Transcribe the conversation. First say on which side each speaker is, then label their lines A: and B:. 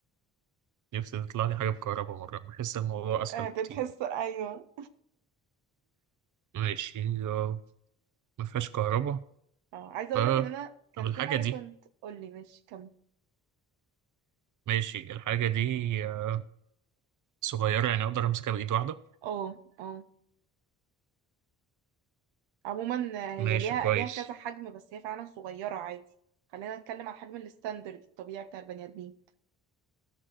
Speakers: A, on the right; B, on the right.
A: نفسي تطلع لي حاجة بكهرباء مرة بحس الموضوع أسهل
B: آه، بتحس
A: كتير
B: ايوه
A: ماشي آه. ما فيهاش كهرباء
B: اه عايزه اقول
A: ف
B: لك ان انا كان
A: طب الحاجة
B: في حاجه
A: دي
B: كنت قول لي ماشي كمل
A: ماشي الحاجة دي آه، صغيرة يعني أقدر أمسكها بإيد واحدة
B: اه اه عموما آه،
A: ماشي
B: هي ليها
A: كويس
B: ليها كذا حجم بس هي فعلا صغيرة عادي خلينا نتكلم على الحجم الستاندرد الطبيعي بتاع البني آدمين